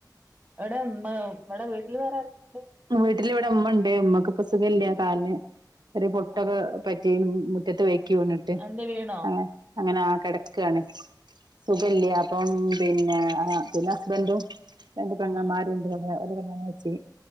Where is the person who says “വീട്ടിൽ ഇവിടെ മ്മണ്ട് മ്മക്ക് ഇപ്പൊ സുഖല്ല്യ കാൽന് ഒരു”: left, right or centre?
Right